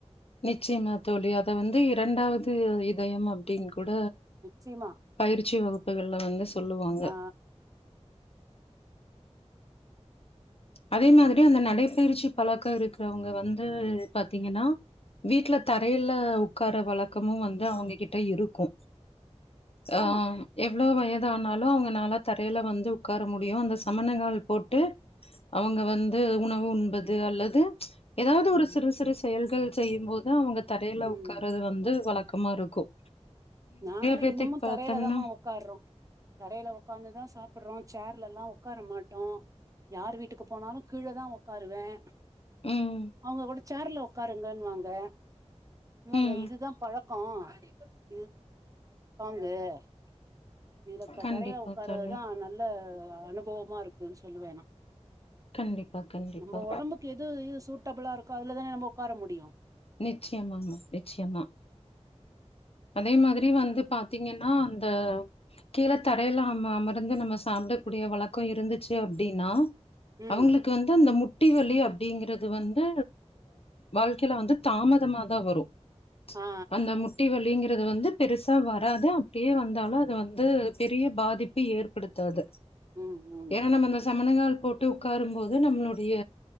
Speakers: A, on the left; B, on the right.
A: நிச்சயமா தோழி அத வந்து இரண்டாவது இதயம் அப்படின் கூட
B: நிச்சயமா
A: பயிற்சி வகுப்புகள்ல வந்து சொல்லுவாங்க
B: ஆ
A: அதே மாதிரி அந்த நடைப்பயிற்சி பழக்கம் இருக்கிறவங்க வந்து பாத்தீங்கன்னா வீட்டுல தரையில உட்கார வழக்கமும் வந்து அவங்க கிட்ட இருக்கும் ஆஹ்
B: ஆமா
A: எவ்வளவு வய ஆனாலும் அவங்கனால தரையில வந்து உட்கார முடியும் அந்த சமனங் கால் போட்டு அவங்க வந்து உணவு உண்பது அது அல்லது ஏதாவது
B: ம்
A: ஒரு சிறு சிறு செயல் செய்யும் போது அவுங்க தரையில
B: ம்
A: உட்காரது வந்து வழக்க பக்கமா இருக்கும்
B: நாங்களாம்
A: பேத்துக்கு
B: இன்னமும்
A: பாத்தோம்னா
B: தரையில தாம உக்காறோம் தரையில உக்கார்ந்துதான் சாப்ப சாப்படுறோம் சேர்ல எல்லாம் உட்கார மாட்டோம் யார் வீட்டுக்கு போனாலும் கீழே தான் உட்காருவேன்
A: ம்,
B: அவங்க கூட சேர்ல உட்காருங்கன்னுவாங்க இல்லங்க
A: ம்.
B: இதுதான் பழக்கம் <inaudible> <unintelligible> இதுல
A: கண்டிப்பா
B: தரையில உட்காரதான்
A: தோழி.
B: நல்ல அனுபவமா இருக்குன்னு சொல்லு வேணாம்
A: கண்டிப்பா, கண்டிப்பா.
B: நம்ம உடம்புக்கு எது சூட்டபிளா இருக்கும் அதுலதான நம உட்கார முடியும்
A: நிச்சயமா ங்க நிச்சயமா அதே மாதிரி வந்து பாாரத்தீங்கன்னா அந்த கீழே தரையில அம அமர்ந்து நம்ம சாப்பிடக்கூடிய வழக்கம் இருந்துச்சு அப்படின்னா
B: ம்
A: அவங்களுக்கு வந்து அந்த மு குட்டி வலி அப்படிங்கறிறது வந்து வாழ்க்கையில வந்து தாமதமாதான் வரும்
B: ஆ
A: அந்த முட்டி வல்ல அப்படிங்கறிறது வந்து பெருசா வராது அப்படியே வந்தாலும் அது வந்து பெரிய பாதிப்பை ஏற்படுத்தாது
B: உஹம் உம்
A: ஏன்னா நம்ம அந்த சமணங்கால் போட்டு உட்காரும்போது நம்மளுடைய